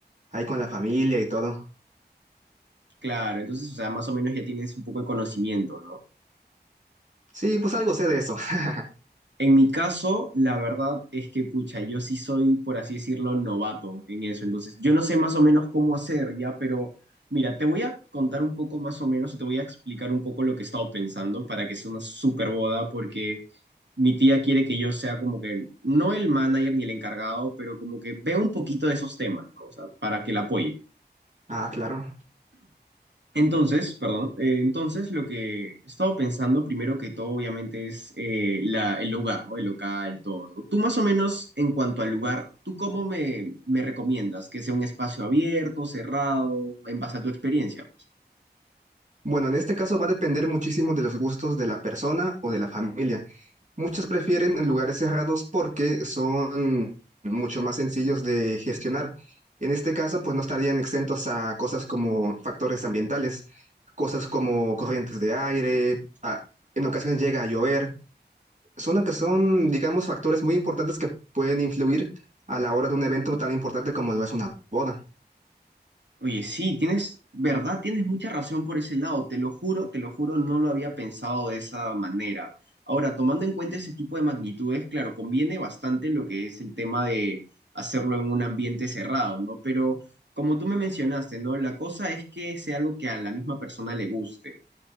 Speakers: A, on the right (about 45°); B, on the right (about 85°).
A: Ahí con la familia y todo.
B: Claro, entonces, o sea, más o menos ya tienes un poco de conocimiento, ¿no?
A: Sí, pues algo sé de eso. <laughs>
B: En mi caso, la verdad es que, pucha, yo sí soy, por así decirlo, novato en eso. Entonces, yo no sé más o menos cómo hacer ya, pero mira, te voy a contar un poco más o menos, te voy a explicar un poco lo que he estado pensando para que sea una super boda, porque mi tía quiere que yo sea como que, no el manager ni el encargado, pero como que vea un poquito de esos temas, ¿no? O sea, para que la apoye.
A: Ah, claro.
B: Entonces, perdón, eh, entonces lo que he estado pensando primero que todo obviamente es eh, la- el lugar, ¿no? El local, todo, ¿no? Tú más o menos en cuanto al lugar, ¿tú cómo me, me recomiendas? ¿Que sea un espacio abierto, cerrado, en base a tu experiencia? pues?
A: Bueno, en este caso va a depender muchísimo de los gustos de la persona o de la familia. Muchos prefieren lugares cerrados porque son mucho más sencillos de gestionar. En este caso, pues no estarían exentos a cosas como factores ambientales, cosas como corrientes de aire, a- en ocasiones llega a llover. son, que son, digamos, factores muy importantes que pueden influir a la hora de un evento tan importante como lo es una boda.
B: Oye, sí, tienes, verdad, tienes mucha razón por ese lado, te lo juro, te lo juro, no lo había pensado de esa manera. Ahora, tomando en cuenta ese tipo de magnitudes, claro, conviene bastante lo que es el tema de hacerlo en un ambiente cerrado, ¿no? Pero como tú me mencionaste, ¿no? La cosa es que sea algo que a la misma persona le guste.